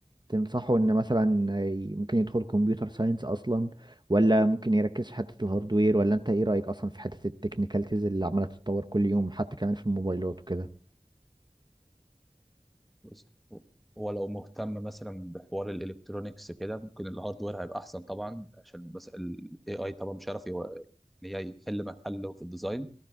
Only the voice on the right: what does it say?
تنصحوا ان مثلا ي- ممكن يدخل كمبيوتر ساينس اصلا ولا ممكن يركز في حتة الهاردوير ولا انت ايه رأيك اصلا في حتة التكنيكاليتيز اللي عمالة تتطور كل يوم حتى كمان في الموبايلات وكده